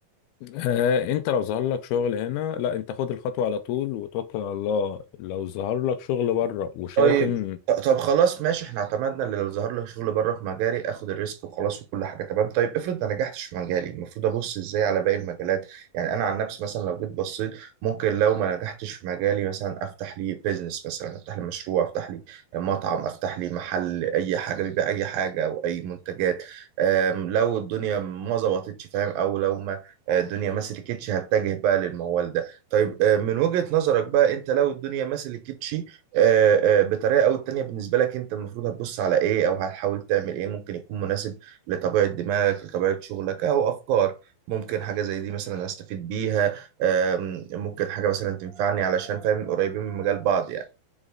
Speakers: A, on the left; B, on the right.
A: آه، انت لو ظهر لك شغل هنا لا انت خد الخطوة على طول وتوكل على الله لو ظهر لك شغل بره وشايف
B: طيب
A: ان
B: طب خلاص ماشي احنا اعتمدنا اللي لو ظهر لي شغل بره في مجالي اخد الريسك وخلاص وكل حاجه تمام طيب افرض ما نجحتش في مجالي المفروض ابص ازاي على باقي المجالات يعني انا عن نفسي مثلا لو جيت بصيت ممكن لو ما نجحتش في مجالي مثلا افتح لي بيزنس مثلا افتح لي مشروع افتح لي مطعم افتح لي محل اي حاجه بيبيع اي حاجه او اي منتجات ام، لو الدنيا ما ظبطتش فاهم او لو ما اه، الدنيا ما سلكتش هتجه بقى للموال ده طيب اه، من وجهة نظرك بقى انت لو الدنيا ما سلكتش آه، آه، بطريقه او التانية بالنسبه لك انت المفروض هتبص على ايه او هتحاول تعمل ايه ممكن يكون مناسب لطبيعه دماغك لطبيعه شغلك او افكار ممكن حاجه زي دي مثلا استفيد بيها آم، ممكن حاجه مثلا تنفعني علشان فاهم قريبين من مجال بعض يعني